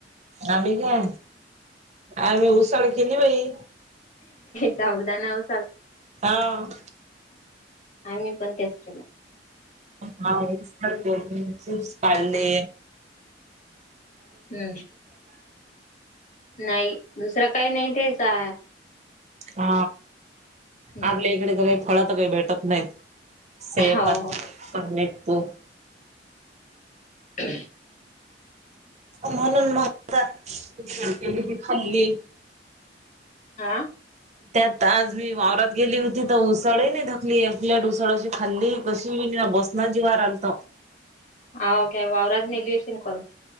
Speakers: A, on the right; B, on the left.
A: आम्ही होय, आम्ही उसळ केली बाई.
B: साबुदाणा उसळ
A: हांव.
B: आम्ही पण तेच केलं.
A: पाऊस पडतो, म्हणून चिप्स पाडले.
B: हम. नाही दुसरं काय नाही तेचं हाय.
A: हा
B: हम्म.
A: आपल्या इकडं तर काय, फळ काही भेटत नाहीत. स्वयंपाक
B: हो हो
A: <unintelligible>
B: <inaudible>
A: म्हणून मागतात <unintelligible> खाल्ली.
B: आ.
A: त्यात आज मी वावरात गेली होती. तर उसळ ही नाही थाकली आपल्या उसळशी खाल्ली कशी बसं. दाजी वारांलत.
B: आव काय वावरात नेली असेल काढून.